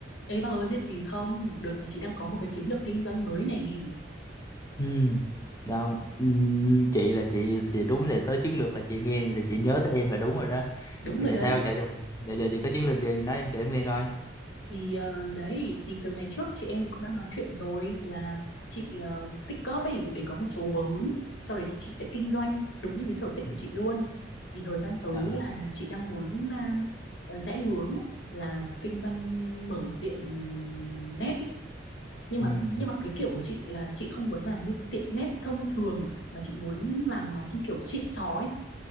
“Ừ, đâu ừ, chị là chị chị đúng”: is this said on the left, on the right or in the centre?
Left